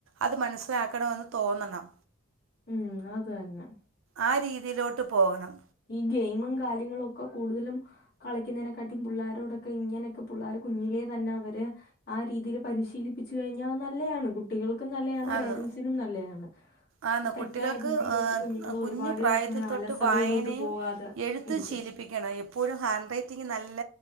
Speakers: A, on the right; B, on the left.
A: അത് മനസ്സിലാക്കണോന്ന് തോന്നണം.
B: ഉം അതന്നെ
A: ആ രീതിലോട്ട് പോകണം.
B: ഈ ഗെയിമും കാര്യങ്ങളുഒക്കെ കൂടുതലും കളിക്കുന്നതിനെക്കാട്ടി പിള്ളോരോടൊക്കെ ഇങ്ങനെയൊക്കെ പിള്ളേർ കുഞ്ഞിലേെ തന്നെ അവര്. ആ രീതിയില് പരിശീലിപ്പിച്ചു കഴിഞ്ഞാൽ നല്ലതാണ് കുട്ടികൾക്കും നല്ലയാണ്
A: ആന്ന്
B: പേരൻറ്സിനും നല്ലതാണ്
A: ആന്ന്
B: ആ
A: കുട്ടികൾക്ക്
B: തെറ്റായ രീതിയിലോട്ട് കുഞ്ഞുങ്ങൾ
A: കുഞ്ഞു
B: ഒരുപാട്
A: പ്രായത്തിൽ
B: ഇങ്ങനെ
A: തൊട്ട്
B: അലസതയിലോട്ട്
A: വായനേ
B: പോകാതെ
A: എഴുത്ത്
B: ഇരിക്കും
A: ശീലിപ്പിക്കണം എപ്പോഴും ഹാൻഡ് റൈറ്റിംഗ് നല്ല.